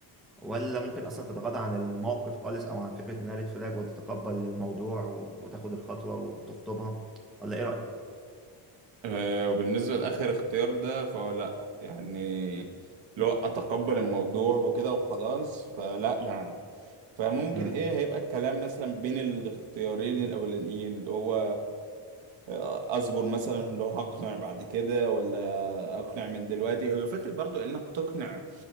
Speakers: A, in the centre; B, on the right (about 70°).
A: ولا ممكن اصلا تتغاضى عن الموقف خالص او عن فكرة انها ريد فلاج وتتقبل الموضوع و- وتاخد الخطوة وتخطبها ولا ايه رأيك
B: آه، وبالنسبة لآخر اختيار ده فهو لأ يعني لو أتقبل الموضوع وكده وخلاص فلأ يعني فممكن
A: م-م.
B: ايه هيبقى الكلام مثلا بين الاختيارين الاولانيين اللي هو آه، اصبر مثلا اللي هو هقنع بعد كده ولا اقنع من دلوقتي هو فكرة برضو انك تقنع